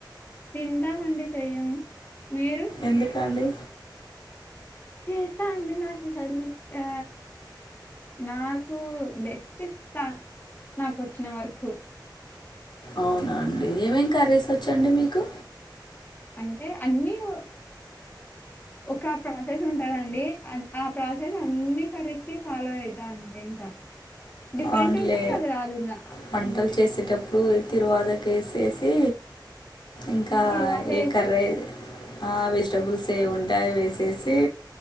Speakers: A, on the left; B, on the left.
A: తింటామండి చెయ్యం మీరు
B: ఎందుకండి
A: చేస్తా అండి నాకు హెల్త్ ఆ నాకు బెస్ట్ ఇస్తా నాక్ వచ్చిన వర్కు
B: అవునా అండి ఏమేమి కర్రీస్ వచ్చండి మీకు
A: అంటే అన్ని ఓ ఒక ప్రాసెస్ ఉంటదండి. ఆన్ ఆ ప్రాసెస్ అన్ని కరీస్ కి ఫాలో అయితాంటే ఇంకా డిఫరెంట్
B: అవునలే
A: ఉంటే ఇంకా అది రాదు ఇంకా
B: పంటలు
A: అంతే
B: చేసేటప్పుడు తిరువాదక్ ఏసేసి ఇంకా
A: తిరువాత వేసి
B: ఏ కారైద్ ఆ వెజిటబుల్స్ ఏ ఉంటాయో వేసేసి